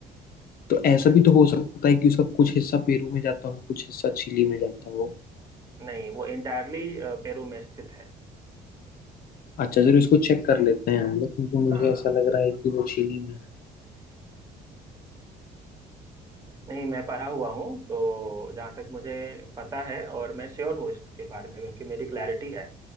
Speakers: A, on the left; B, on the right.
A: तो ऐसा भी तो हो सकता है कि उसका कुछ हिस्सा पेरू में जाता हो कुछ हिस्सा चिली में जाता हो
B: नहीं वो इंटायरली पेरू में स्थित है
A: अच्छा चलो इसको चेक कर लेते हैं हम लोग क्योंकि
B: हाँ
A: मुझे ऐसा लग रहा है कि वो चिली में है
B: नहीं मैं पढ़ा हुआ हूँ तो जहाँ तक मुझे पता है और मैं श्योर हूँ इसके बारे में क्योंकि मेरी क्लैरिटी है